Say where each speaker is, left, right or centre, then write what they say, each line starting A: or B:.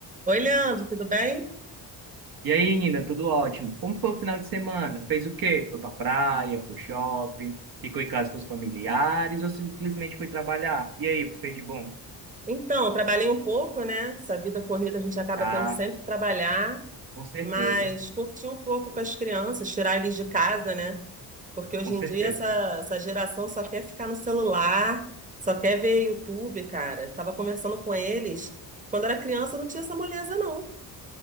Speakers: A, on the right; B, on the right.
A: Oi, Leandro, tudo bem?
B: E aí, Nina, tudo ótimo? Como foi o final de semana? Fez o quê? Foi pra praia, pro shopping, ficou em casa com os familiares ou simplesmente foi trabalhar? E aí, o que fez de bom?
A: Então, trabalhei um pouco, né? Essa vida corrida a gente acaba
B: Ah,
A: tendo sempre que trabalhar,
B: com certeza,
A: mas curti um pouco com as crianças, tirar eles de casa, né? Porque hoje
B: com certeza.
A: em dia essa, essa geração só quer ficar no celular, só quer ver YouTube, cara. Tava conversando com eles. Quando era criança não tinha essa moleza, não.